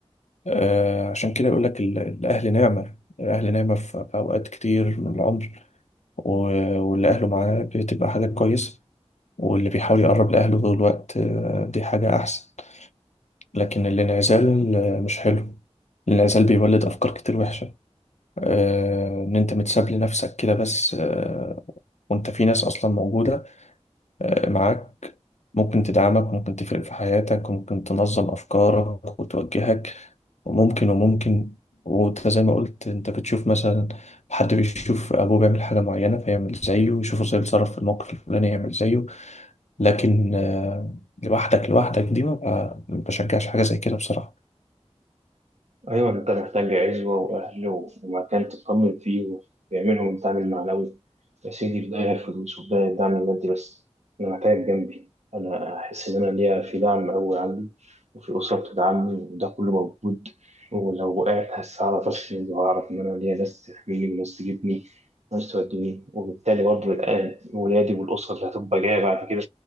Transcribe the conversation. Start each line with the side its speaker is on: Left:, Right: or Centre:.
Left: آه، عشان كده يقول لك ال- الاهل نعمه الاهل نعمه في في اوقات كتير من العمر و- واللي اهله معاه بتبقى حاجات كويسه واللي بيحاول يقرب لأهله طول الوقت آه، دي حاجة أحسن لكن الانعزال آه، مش حلو الانعزال بيولد أفكار كتير وحشة آه، إن أنت متساب لنفسك كده بس آه، وأنت في ناس أصلا موجودة آه، معاك ممكن تدعمك وممكن تفرق في حياتك وممكن تنظم أفكارك وتوجهك وممكن وممكن وانت زي ما قلت انت بتشوف مثلا حد بيشوف ابوه بيعمل حاجه معينه فيعمل زيه ويشوفه ازاي بيتصرف في الموقف الفلاني يعمل زيه لكن آه، لوحدك لوحدك دي ما ما بشجعش حاجة زي كده بصراحة
Right: أيوة أنت محتاج عزوة وأهل ومكان تطمن فيه ويعملهم الدعم المعنوي يا سيدي في داهية الفلوس وفي داهية الدعم المادي بس أنا محتاج جنبي أنا أحس إن أنا ليا في دعم قوي عندي وفي أسرة بتدعمني وده كله موجود ولو وقعت هس- هعرف أسند وهعرف إن أنا ليا ناس تحميني وناس تجيبني وناس توديني وبالتالي برضه الأهل- ولادي والأسرة اللي هتبقى جاية بعد كده